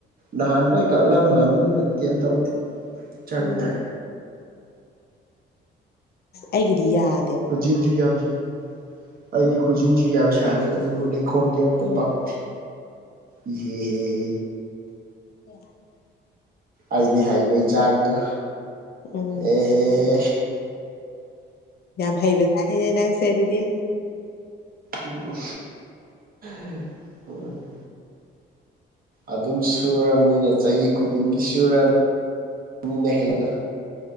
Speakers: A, on the right; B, on the left.
A: ꯅꯍꯥꯟ ꯂꯣꯏ ꯀꯛꯂꯝꯕ ꯑꯃꯅꯤꯅ ꯀꯩꯝꯇꯧꯗꯦ ꯆꯪꯗ꯭ꯔꯦ
B: ꯎꯝ ꯑꯩꯒꯤꯗꯤ ꯌꯥꯗꯦꯕ
A: ꯈꯨꯖꯤꯟꯁꯨ ꯌꯥꯝ ꯁꯥꯡ ꯑꯩꯗꯤ ꯈꯨꯖꯤꯟꯁꯨ ꯌꯥꯝ ꯁꯥꯡꯉꯤ ꯑꯗꯨꯕꯨ ꯂꯩ ꯈꯣꯝꯗꯤ ꯑꯝꯇꯥ
B: ꯎꯝ
A: ꯄꯛꯇꯦ ꯏꯍꯦ ꯍꯦ ꯍꯦ
B: ꯌꯥ <inaudible>
A: ꯑꯩꯗꯤ ꯍꯩꯕꯩ ꯆꯥꯡꯗꯣ
B: ꯎꯝ
A: ꯑꯦ ꯍꯦ ꯍꯦ
B: ꯌꯥꯝ ꯍꯩꯕꯖꯥꯠꯅꯤꯅꯦ ꯅꯪꯁꯦ ꯑꯗꯨꯗꯤ
A: ꯎꯝ <inaudible> ꯑꯗꯨꯝ ꯁꯨꯔꯕꯅꯤꯅ ꯆꯍꯤ ꯈꯨꯗꯤꯡꯒꯤ ꯁꯨꯔꯕꯅꯤꯅ ꯍꯩꯗꯣ